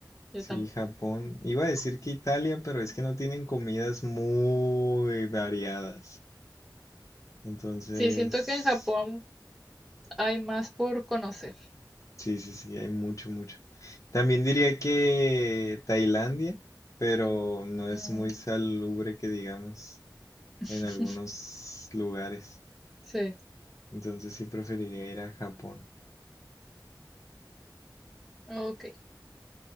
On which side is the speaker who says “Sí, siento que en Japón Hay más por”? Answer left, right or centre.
Centre